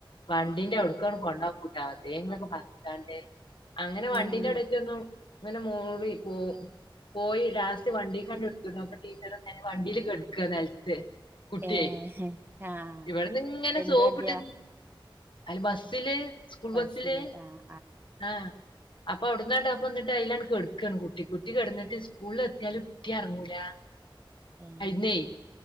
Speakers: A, on the left; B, on the right.
A: വണ്ടിന്റെ അടുത്തേക്ക് കൊണ്ടുപോകും എന്തെങ്കിലൊക്കെ പറഞ്ഞ്ക്കാണ്ട് അങ്ങനെ വണ്ടിന്റെ
B: ഉം
A: അവ്ടെറ്റൊന്നും അങ്ങനെ മൂളി പോവും പോയി ലാസ്റ്റ് വണ്ടിക്കു അങ്ങട്ട് അപ്പോ ടീച്ചറന്നെ വണ്ടില് കിടക്കുകയാ നിലത്തു കുട്ടിയേഇവിടുന്ന്
B: ഏഹ് ആഹ്
A: ഇങ്ങനെ
B: എന്ത്
A: സോപ്പിട്ട്
B: വണ്ടിയാ
A: അയൽവാസി ബസ്സില് സ്കൂൾ
B: ബസ്സില്
A: ബസില്
B: ആഹ്
A: ആഹ് അപ്പൊ അവ്ടന്നണ്ട് അപ്പന്ന്ട്ട് അയിലണ് കെട്ക്കാണ് കുട്ടി അപ്പോ അവിടെന്ന് കുട്ടികെടന്നിട്ട് സ്കൂളിലെത്തിയാലും ഇറങ്ങൂല
B: ഏഹ്
A: അയിനെ